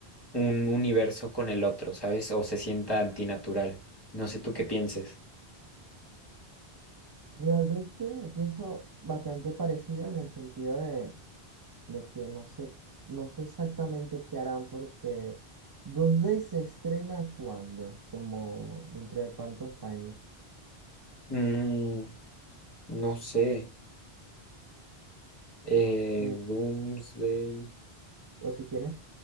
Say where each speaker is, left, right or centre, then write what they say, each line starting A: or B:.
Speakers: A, on the left; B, on the right.
A: un universo con el otro, ¿sabes? O se sienta antinatural. No sé tú qué pienses.
B: Realmente pienso bastante parecido en el sentido de de que no sé, no sé exactamente qué harán porque 2D se estrena cuándo, como dentro de cuántos años,
A: Mm, no sé. Eh,
B: Eh,
A: Doomsday.
B: o si tiene